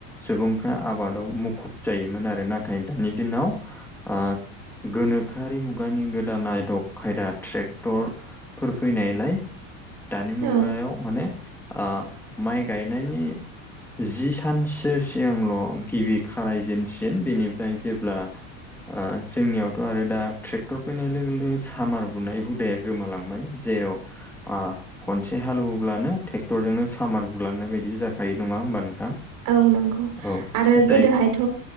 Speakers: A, in the centre; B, on the right.
A: सुबुंफ्रा आबादाव मुखुब जायोमोन आरो नाथाय दानि दिनाव ओ गोनोखोआरि मुगानि गोदान आदब खायदा ट्रेक्टर फोर फैनायलाय दानि मुगायाव
B: औ
A: माने ओ माइ गाय नायनि जि सानसो सिगांल' गिबि खारायजेनसिन बेनिफ्राय जेब्ला ओ जोंनियावथ' आरो दा ट्रेक्टर फैनाय लोगो लोगो सामार बुनाय हुदाया गोमालांबाय जेराव ओ खनसे हाल एवब्लानो ट्रेक्टर जोंनो सामार बुलांनाय बाय दि जाखायो नङा होमबा नोंथां?
B: औ नंगौ
A: औ
B: आरो
A: जाय
B: गोदोहायथ'